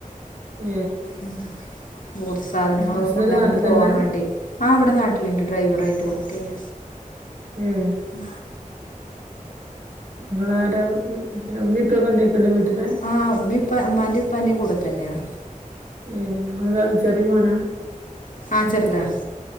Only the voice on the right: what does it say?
ഏ
ഹസ്ബൻഡ്
നാട്ടിൽ
തന്നെ
ഉം
ങ്ങളാര പിന്നെ ഉമ്മി ഇപ്പൊക്കെ ഉണ്ടക്കല്ലേ വീട്ടില്
ഏഹ് ഇങ്ങൾ അത ചെറിയ മോനാ